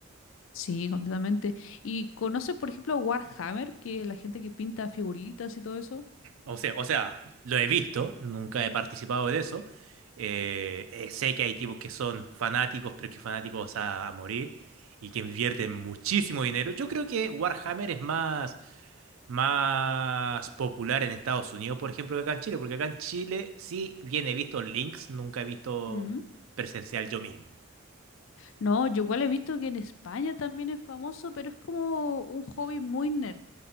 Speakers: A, on the left; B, on the right.
A: Sí, completamente. ¿Y conoces, por ejemplo, Warhammer, que es la gente que pinta figuritas y todo eso?
B: O sea, o sea, lo he visto, nunca he participado de eso. Eh, eh, sé que hay tipos que son fanáticos, pero que fanáticos a, a morir y que invierten muchísimo dinero. Yo creo que Warhammer es más, más popular en Estados Unidos, por ejemplo, que acá en Chile, porque acá en Chile sí bien he visto links, nunca he visto
A: Mm.
B: presencial yo mismo.
A: No, yo igual he visto que en España también es famoso, pero es como un hobby muy nerd.